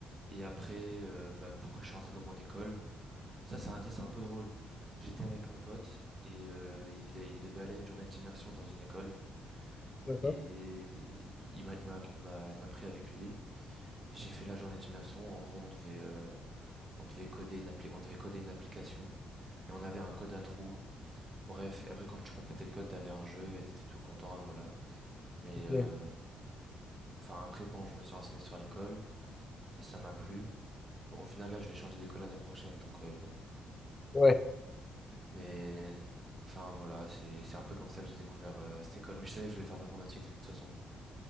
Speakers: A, on the right; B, on the left.
A: Et après, euh, bah, pourquoi je suis rentré dans mon école? Ça, c'est un, ça, c'est un peu drôle. J'étais avec un pote et euh, il, est- il devait aller à une journée d'immersion dans une école
B: d'accord,
A: et il m'a, il m'a, il m'a, il m'a pris avec lui et j'ai fait la journée d'immersion. En gros, on devait, euh, on devait coder une appli, on devait coder une application et on avait un code à trous. Bref, et après quand tu complétais le code, t'avais un jeu et t'étais tout content, voilà. Mais
B: ok.
A: euh, enfin après, bon, je me suis renseigné sur l'école et ça m'a plu. Bon, au final, là, je vais changer d'école l'année prochaine, donc euh, bon.
B: Ouais,
A: Mais enfin voilà, c'est c'est un peu comme ça que j'ai découvert euh, cette école. Mais je savais que je voulais faire de l'informatique de toute façon.